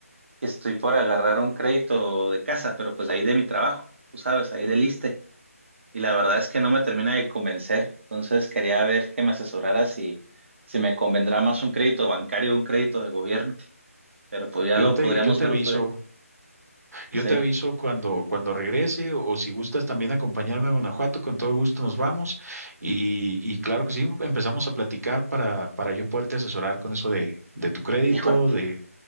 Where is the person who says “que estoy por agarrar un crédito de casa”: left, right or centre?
Right